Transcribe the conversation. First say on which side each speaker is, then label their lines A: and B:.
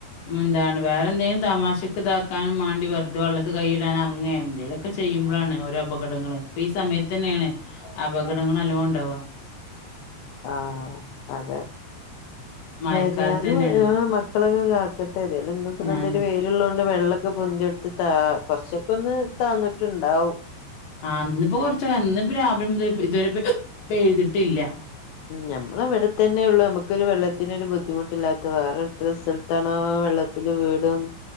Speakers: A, on the left (about 55°); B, on the left (about 80°).
A: മ്ന്താണ് വേറെ എന്തെങ്കിലും തമാശക്ക് ഇതാക്കാനും വാണ്ടി വെറ്തെ വെള്ളത്ത് കൈയിടാൻ അറങ്ങേ എന്തേലൊക് ക്കെ ചെയ്യുമ്പഴാണ് ഓരോ അപകടങ്ങള് പ്പൊ ഈ സമയത്തന്നേണ് അപകടങ്ങളല്ലോ ഉണ്ടാവാ
B: ആ അതെ
A: മഴക്കാലത്തന്നേണ്
B: ഏതാലും ആ മക് ക്കളൊക്കെ കേകട്ടെന്നെ അല്ല ഇന്ന്പ്പ നല്ലരു
A: ആന്നെ
B: വെയിലിള്ളോണ്ട് വെള്ള കെ പൊന്തിയെടുത്ത് താ കുറച്ചൊക്കെ ഒന്ന് താന്നിട്ടുണ്ടാവും
A: ആ അന്നിപ്പോ കൊറച്ച <unintelligible> ന്നിപ്പ രാവിലെമുതല് പ് ഇതുവരെ പെയ്തിട്ടില്ല
B: ഉം ഞമ്മളെവിടെത്തന്നെ ഉള്ളൂ അമ്മുക്കൊരു വെള്ളത്തിനൊരു ബുദ്ധിമുട്ടില്ലാത്ത വേറൊരുത്ര സ്ഥലത് ത്തണ വെള്ളത്തില് വീടും